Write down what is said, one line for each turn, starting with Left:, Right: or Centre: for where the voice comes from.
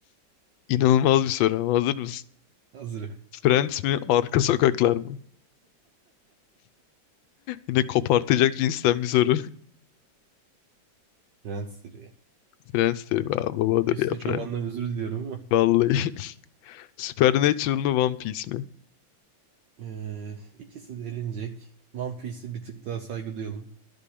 Left: İnanılmaz bir soru ama hazır mısın?
Right: Hazırı.
Left: Friends mi? Arka sokaklar mı? Yine kopartacak cinsten bir soru.
Right: Prensleri.
Left: <laughs> Friends diyor. Aa, babadır
Right: Hüsnü
Left: ya
Right: Çoban'dan
Left: Friends.
Right: özür diliyorum ama.
Left: Vallahi. <laughs> Supernatural mı? One Piece mi?
Right: Ee, ikisi de elenecek. One Piece'e bir tık daha saygı duyalım.